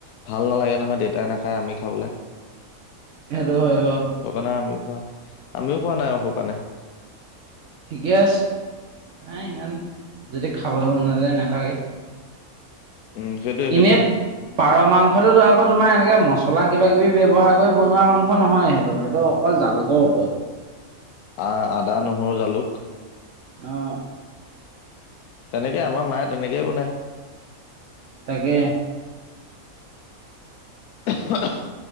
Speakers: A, on the left (about 90°); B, on the right (about 60°).
A: ভাল নালাগে নহয় দেউতাই নেখায় আমি খাবলে।
B: সেইটো হয় বাৰু
A: সুকানে আমিও খোৱা আমিও খোৱা নাই আও সুকাণে।
B: ঠিকে আছে নাই ইমান যদি খাবলৈ মন নেযায় নেলাগে।
A: উম, সেইটোৱে
B: এনে
A: সেইটোৱে
B: পাৰ মাংসটোতো আকৌ তোমাৰ এনে কে মছলা কিবা কিবি ব্যৱহাৰ কৰি বনোৱা মাংস নহয় সেইটো সেইটো অকল জালুকৰ ওপৰত। <inaudible>
A: আ আদা, নহৰু, জালুক
B: অঁ
A: তেনেকে আমাৰ মায়ে তেনেকেই বনায়।
B: তাকে
A: <unintelligible>